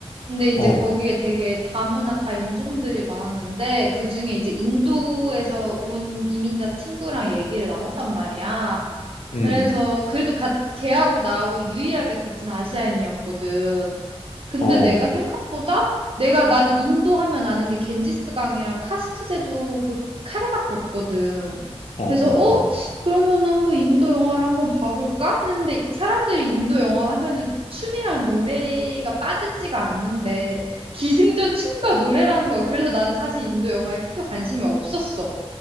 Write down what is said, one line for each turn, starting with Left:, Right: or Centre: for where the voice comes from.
Right: 근데 이제
Left: 어,
Right: 거기에 되게 다문화 다 인종들이 많았는데 그중에 이제 인도에서 온 이민자 친구랑 얘기를 나눴단 말이야.
Left: 음,
Right: 그래서 그래도 가, 걔하고 나하고 유일하게 같은 아시아인이었거든. 근데
Left: 어,
Right: 내가
Left: 어,
Right: 생각보다 내가 나는 인도 하면 아는 게 겐지스강이랑 카스트제도 그 카레밖에 없거든.
Left: 어,
Right: 그래서 어? 그러면 한번 인도 영화를 한번 봐볼까? 했는데 사람들이 인도 영화 하면은 춤이랑 노래가 빠지지가 않는데 기승전 춤과 노래라는 거야. 그래서 나는 사실 인도 영화에 크게 관심이 없었어.